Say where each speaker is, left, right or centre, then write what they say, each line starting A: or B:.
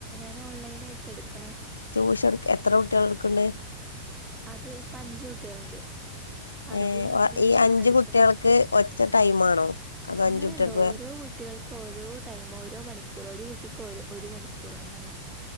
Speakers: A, on the right; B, on the left.
A: ഞെ ഓൺലൈനായിട്ട എടുക്കണേ
B: ട്യൂഷൻ എടുക്കാൻ എത്ര കുട്ടികള് എടുക്കണ്ട്?
A: അത് ഇപ്പ അഞ്ചു കുട്ടികളുണ്ട് അറബിയും
B: ഏ
A: ഇംഗ്ലീഷാണ്
B: ഒ- ഈ അഞ്ച്
A: എടുക്കുന്നത്
B: കുട്ടികൾക്ക് ഒറ്റ ടൈം ആണോ അതോ
A: അങ്ങനെയല്ല
B: അഞ്ച് കുട്ടികൾക്ക്
A: ഓരോ
B: വേറെ
A: വീട്, കുട്ടികൾക്ക് ഓരോ ടൈം ഓരോ മണിക്കൂർ ഒരു കുട്ടിക്ക് ഒരു മണിക്കൂർ അങ്ങനെയാ